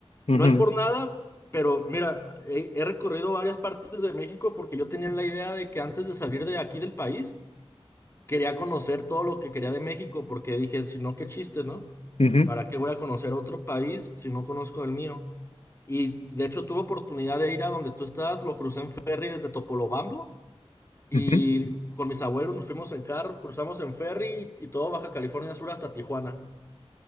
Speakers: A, on the left; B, on the left.
A: Ujú,
B: No es por nada, pero mira, he, he recorrido varias partes de México porque yo tenía la idea de que antes de salir de aquí del país quería conocer todo lo que quería de México porque dije, si no, qué chiste, ¿no?
A: ujú,
B: ¿Para qué voy a conocer otro país si no conozco el mío? Y de hecho tuve oportunidad de ir a donde tú estás, lo crucé en ferry desde Topolobampo. Y
A: ujú.
B: con mis abuelos nos fuimos en carro, cruzamos en ferry y, y todo Baja California Sur hasta Tijuana.